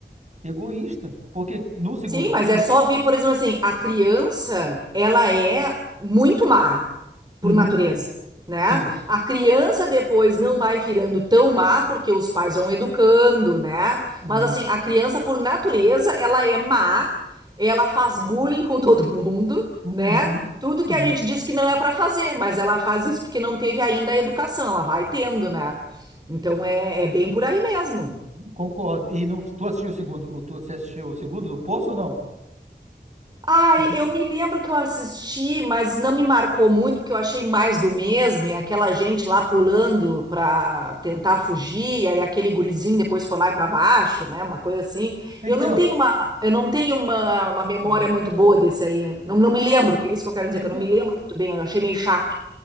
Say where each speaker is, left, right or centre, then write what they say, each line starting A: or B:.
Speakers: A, on the right; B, on the right.
A: egoísta. Porque no segundo
B: Sim, mas
A: filme,
B: é só ver, por exemplo, assim, a criança, ela é muito má por
A: Uhum,
B: natureza, né?
A: sim,
B: A criança depois não vai virando tão má porque os pais vão educando, né?
A: Uhum,
B: Mas assim, a criança por natureza, ela é má, ela faz bullying com todo <laughs> mundo, né?
A: uhum,
B: Tudo que
A: uhum.
B: a gente diz que não é pra fazer, mas ela faz isso porque não teve ainda a educação, ela vai tendo, né? Então é, é bem por aí mesmo.
A: concordo. E no, tu assistiu o segundo, o- tu você assistiu o segundo do Poço ou não?
B: Ai,
A: O- filme?
B: eu me lembro que eu assisti, mas não me marcou muito, porque eu achei mais do mesmo, e aquela gente lá pulando pra tentar fugir, aí aquele gurizinho depois foi lá pra baixo, né? Uma coisa assim.
A: Então,
B: Eu não tenho uma, eu não tenho uma, uma memória
A: hum,
B: muito boa desse aí. Não, não me lembro, que é isso que eu quero dizer,
A: então,
B: que eu não me lembro muito bem, eu achei meio chato.